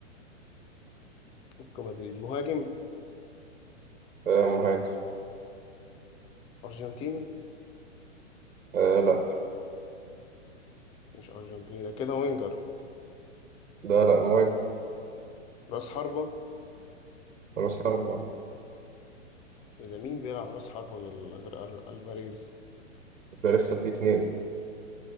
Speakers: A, on the left; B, on the right.
A: اتلتيكو مدريد مهاجم
B: آه مهاجم
A: ارجنتيني
B: آه لأ
A: مش ارجنتيني ده كده وينجر
B: لا لأ مهاجم
A: راس حربة
B: رأس حرب أه
A: ده مين بيلعب راس حربة غير غير أر- ألفاريز
B: ده لسه في اتنين